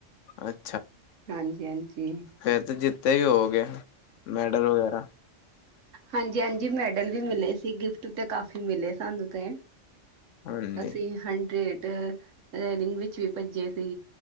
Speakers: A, on the left; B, on the right.
A: ਅੱਛਾ।
B: ਹਾਂਜੀ ਹਾਂਜੀ।
A: ਫੇਰ ਤੇ ਜਿੱਤੇ ਵੀ ਹੋਵੋਗੇ ਮੈਡਲ ਵਗੈਰਾ
B: ਹਾਂਜੀ ਹਾਂਜੀ, ਮੈਡਲ ਵੀ ਮਿਲੇ ਸੀ, ਗਿਫਟ ਤੇ ਕਾਫੀ ਮਿਲੇ ਸਾਨੂੰ ਤੇ
A: ਹਾਂਜੀ
B: ਅਸੀਂ ਹਨਡਰੇਡ ਰੈਡਿੰਗ ਵਿੱਚ ਵੀ ਭੱਜੇ ਸੀ।